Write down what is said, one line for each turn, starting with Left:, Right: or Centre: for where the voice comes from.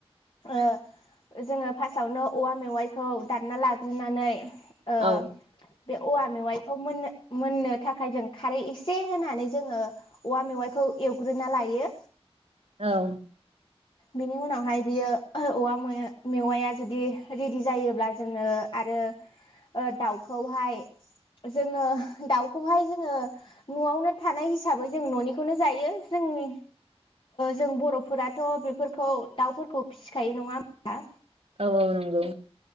Left: ओ जोङो फार्स्टआवनो औवा मेवाइखौ दानना लाग्रोनानै ओ
Right: औ
Left: बे औवा मेवाइखौ मोननो मोननो थाखाय जों खारै एसे होनानै जोङो औवा मेवाइखौ एवग्रोना लायो
Right: औ
Left: बिनि उनावहाय बियो औवा मेवाया जुदि रेडि जायोब्ला जोङो आरो दाउखौहाय जोङो दाउखौहाय जोङो न'आवनो थानाय हिसाबै जों न'निखौनो जायो जोंनि जों बर'फोराथ' बेफोरखौ दाउफोरखौ फिसिखायो नङा होमबा।
Right: औ औ नंगौ।